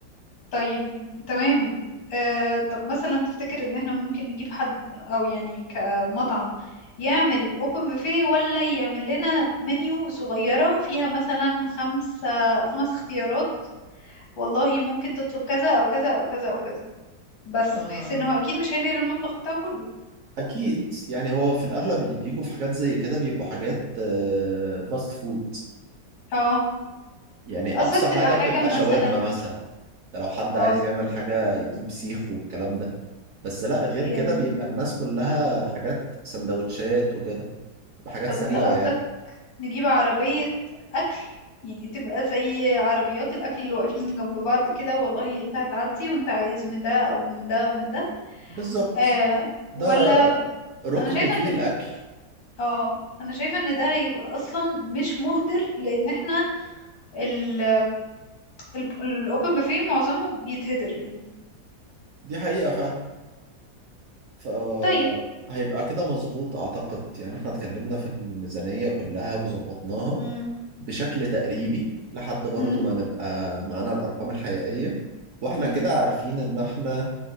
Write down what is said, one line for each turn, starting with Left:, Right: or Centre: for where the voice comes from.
Left: طيب تمام آه طب مثلا تفتكر ان احنا ممكن نجيب حد او يعني كمطعم يعمل اوبن بوفيه ولا يعمل لنا منيو صغيرة فيها مثلا خمسة خمس اختيارات والله ممكن تطلب كذا او كذا او كذا او كذا بس
Right: آه.
Left: بحيث ان هو اكيد مش هينقل المطبخ بتاعه كله
Right: أكيد يعني هو في الأغلب اللي بيجوا في حاجات زي كده بيبقوا حاجات فاست فود
Left: اه
Right: يعني اقصى
Left: قصدك تبقى
Right: حاجه
Left: حاجة
Right: بتبقى
Left: مثلا
Right: شاورما مثلا ده لو حد
Left: اه
Right: عايز يعمل حاجه يجيب سيخ والكلام ده بس لا غير
Left: يعني
Right: كده بيبقى الناس كلها حاجات سندوتشات وكده بتبقى حاجات
Left: طب
Right: سريعه
Left: انت قصدك
Right: يعني
Left: نجيب عربية أكل يعني تبقى زي عربيات الأكل اللي واقفين جنب بعض كده والله أنت هتعدي وأنت عايز من ده أو من ده ومن ده
Right: بالظبط
Left: آه
Right: ده
Left: ولا
Right: ركن
Left: أنا شايفة
Right: فيه
Left: إن
Right: الاكل
Left: اه أنا شايفة إن ده هيبقى أصلا مش مهدر لأن احنا ال ال- الأوبن بوفيه معظمه بيتهدر يعني
Right: دي حقيقه فعلا ف
Left: طيب
Right: هيبقى كده مظبوط اعتقد يعني احنا اتكلمنا في الميزانيه كلها وظبطناها
Left: مم.
Right: بشكل تقريبي لحد برضو
Left: مم.
Right: ما نبقى معانا الارقام الحقيقيه واحنا
Left: مم.
Right: كده عارفين ان احنا